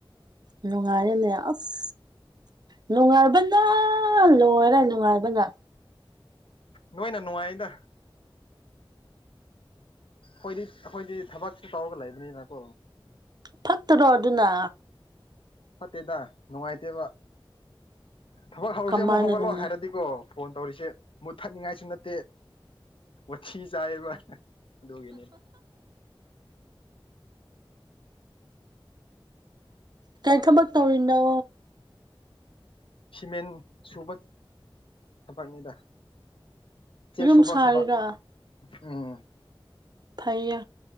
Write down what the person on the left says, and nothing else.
ꯅꯣꯏꯅ ꯅꯨꯡꯉꯥꯏꯗ ꯈꯣꯏꯗꯤ ꯑꯈꯣꯏꯗꯤ ꯊꯕꯛꯁꯨ ꯇꯧꯔꯒ ꯂꯩꯕꯅꯤꯅꯀꯣ
ꯐꯠꯇꯦꯗ ꯅꯨꯡꯉꯥꯏꯇꯦꯕ ꯊꯕꯛ ꯍꯧꯔꯁꯦ
ꯑꯃꯨꯛ ꯍꯧꯒꯠꯂꯣ
ꯍꯥꯏꯔꯗꯤꯀꯣ ꯐꯣꯟ ꯇꯧꯔꯤꯁꯦ ꯃꯨꯠ ꯊꯠꯅꯤꯡꯉꯥꯏꯁꯨ ꯅꯠꯇꯦ ꯋꯥꯊꯤ ꯆꯥꯏꯌꯦꯕ ꯑꯗꯨꯒꯦꯅꯦꯗ
ꯁꯤꯃꯦꯟ ꯁꯨꯕ ꯊꯕꯛꯅꯤꯗ ꯆꯦꯛ
ꯁꯨꯕ
ꯊꯕꯛ ꯎꯝ